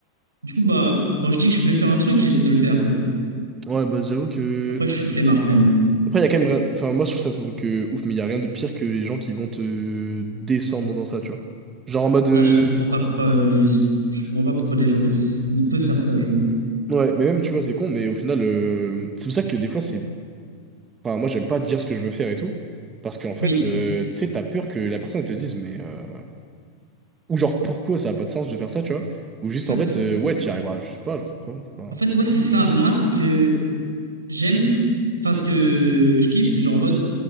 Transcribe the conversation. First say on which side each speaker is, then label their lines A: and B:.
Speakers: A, on the right; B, on the right.
A: Du coup, bah, quand je dis que je vais faire un truc, j'essaie de le faire, quoi.
B: Ouais, bah j'avoue que.
A: Après, je suis flemmard quand même.
B: Après, il y a quand même. rien- Enfin, moi, je trouve ça, c'est un truc euh, ouf, mais il n'y a rien de pire que les gens qui vont te descendre dans ça, tu vois. Genre en mode.
A: Ça,
B: euh,
A: je comprends pas pourquoi euh, les, je comprends pas pourquoi les gens peuvent- ne peuvent faire ça, genre.
B: Ouais, mais même, tu vois, c'est con, mais au final, euh, c'est pour ça que des fois, c'est. Enfin, moi, j'aime pas dire ce que je veux faire et tout. Parce qu'en fait,
A: Oui.
B: euh, tu sais, t'as peur que la personne elle te dise, mais. euh, Ou genre, pourquoi ça a pas de sens de faire ça, tu vois? Ou juste
A: En
B: en
A: fait,
B: fait, euh, ouais, tu y arriveras, je sais pas, genre, pourquoi. Enfin,
A: en fait, ouais, c'est ça. Moi, ce que j'aime. Enfin, ce que je kiffe, c'est genre en mode.